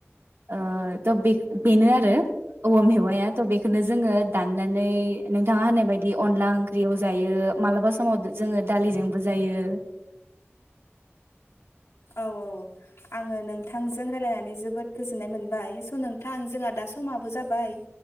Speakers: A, on the right (about 55°); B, on the left (about 80°).
A: ओ थ बे बेनो आरो औवा मेवाया थ बेखौनो जोङो दाननानै नोंथाङा होननाय बायदि अनला ओंख्रियाव जायो मालाबा समाव जोङो दालिजोंबो जायो
B: औ औ आङो नोंथांजों रायलायनानै जोबोद गोजोननाय मोनबाय स नों नोंथां जोंहा दा समाबो जाबाय